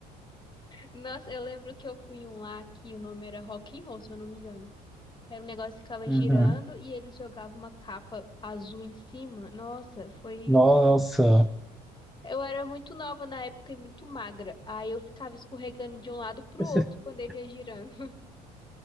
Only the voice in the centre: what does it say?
Uhum.
Nossa.
<laughs>